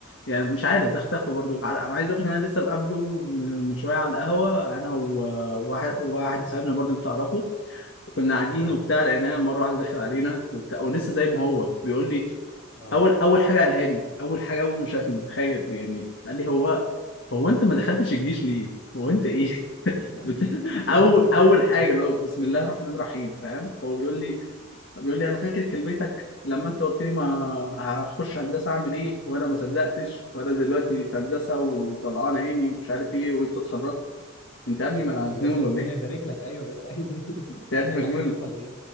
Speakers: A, on the left (about 60°); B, on the left (about 85°).
A: يعني مش عارف ده اختفى برضه ع- انا عايز اقول لك ان انا لسه مقابله من من شويه على القهوه انا وواحد
B: اه
A: واحد
B: <laughs>
A: صاحبنا برضه انت تعرفه كنا قاعدين
B: اه
A: وبتاع لقيناه مره واحده داخل علينا وبتاع ولسه زي ما هو بيقول لي
B: اه
A: اول اول حاجه قالها لي اول حاجه اول ما شافني تخيل يعني قال لي هو هو انت ما دخلتش الجيش ليه؟ هو انت ايه؟ <laughs>
B: <laughs>
A: بت... اول اول حاجه لو بسم الله الرحمن الرحيم فاهم؟ هو بيقول لي بيقول لي انا فاكر كلمتك لما انت قلت لي ما هخش هندسه اعمل ايه وانا ما صدقتش وانا دلوقتي في هندسه وطلعان عيني ومش عارف ايه وانت اتخرجت انت يا ابني مجنون
B: طب يا اسطى ربنا
A: ولا ايه؟ انت
B: يبارك لك ايوه بس عايز ايه <laughs>
A: يا ابني
B: يعني
A: مجنون
B: عايز توصل لايه